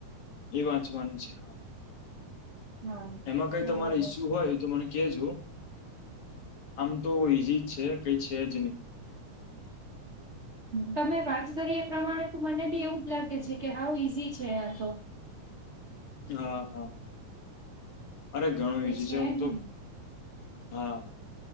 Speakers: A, on the left (about 60°); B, on the right (about 75°).
A: એ વાંચવાની છે ખાસ
B: હા
A: એમાં કઈ
B: બરાબર.
A: તમારે ઈસ્યુ હોય તો મને કેજો આમ તો ઈઝી જ છે કઈ છે જ ની
B: તમે વાત કરી એ પ્રમાણે તો મને બી એવું જ લાગે છે કે હાવ ઈઝી છે આ તો
A: હા હા અરે ઘણું
B: કઈ
A: ઈઝી છે હું તો
B: નહી
A: હા